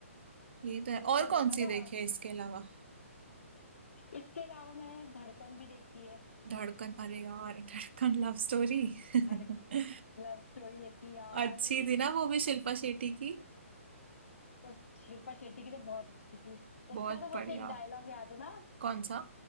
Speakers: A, on the right; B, on the left.
A: ये तो है
B: उसका
A: और कौन
B: देखा
A: सी
B: था
A: देखी है इसके अलावा
B: इसके अलावा मैंने धड़कन भी देखी है
A: धड़कन अरे यार धड़कन लव स्टोरी <laughs>
B: धड़ लव स्टोरी देखी यार
A: अच्छी थी ना वो भी शिल्पा शेट्टी की
B: उस शिल्पा शेट्टी की तो बहुत अच्छी थी
A: बहुत
B: उसका तो
A: बढ़िया
B: बस एक डायलॉग याद है ना
A: कौन सा